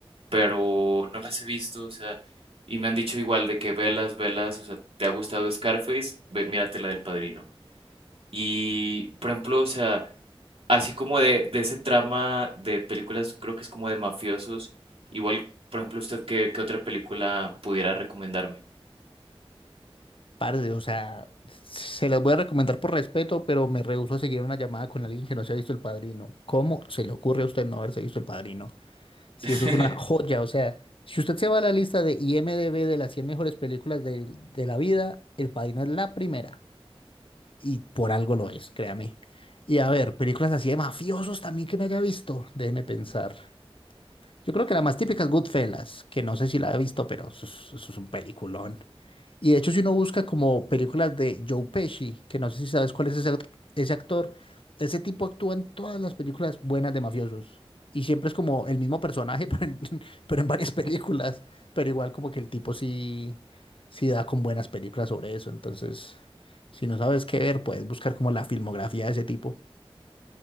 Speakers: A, on the right; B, on the left.
A: pero no las he visto, o sea, y me han dicho igual de que velas, velas, o sea, ¿te ha gustado Scarface? Ve, mírate la del Padrino. Y, por ejemplo, o sea, así como de, de ese trama de películas, creo que es como de mafiosos. Igual, por ejemplo, usted, ¿qué, qué otra película pudiera recomendarme?
B: Parce, o sea, se las voy a recomendar por respeto, pero me rehúso a seguir una llamada con alguien que no se ha visto El Padrino. ¿Cómo se le ocurre a usted no haberse visto El Padrino? Si
A: <laughs>
B: eso es una joya, o sea, si usted se va a la lista de IMDb de las 100 mejores películas de, de la vida, El Padrino es la primera. y por algo lo es, créame. Y a ver, películas así de mafiosos también que me haya visto, déjeme pensar. Yo creo que la más típica es Goodfellas, que no sé si la he visto, pero eso es, eso es un peliculón. Y de hecho, si uno busca como películas de Joe Pesci, que no sé si sabes cuál es ese, act- ese actor, ese tipo actúa en todas las películas buenas de mafiosos. Y siempre es como el mismo personaje, <laughs> pero en, pero en varias películas. Pero igual como que el tipo sí, sí da con buenas películas sobre eso. Entonces, si no sabes qué ver, puedes buscar como la filmografía de ese tipo.